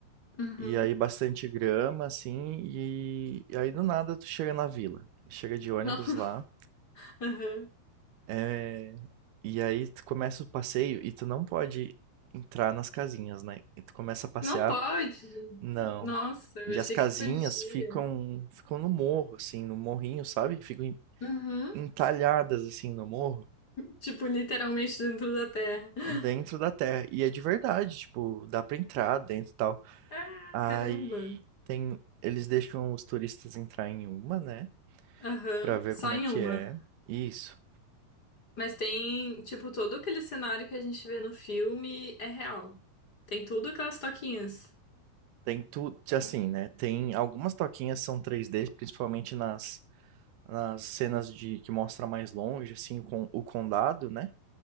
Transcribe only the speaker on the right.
E aí bastante grama, assim, e, e aí do nada tu chega na vila. Chega de ônibus
lá,
é, e aí tu começa o passeio e tu não pode entrar nas casinhas, né? E tu começa a passear,
não.
E
as casinhas
ficam ficam no morro, assim, no morrinho, sabe? Ficam en-
entalhadas assim no morro,
dentro da terra. E é de verdade, tipo, dá pra entrar dentro e tal.
Aí
tem eles deixam os turistas entrar em uma, né?
Pra ver
como
é que
é. Isso.
Tem tudo, assim, né? Tem algumas toquinhas são 3D, principalmente nas, nas cenas de que mostra mais longe, assim, com o condado, né?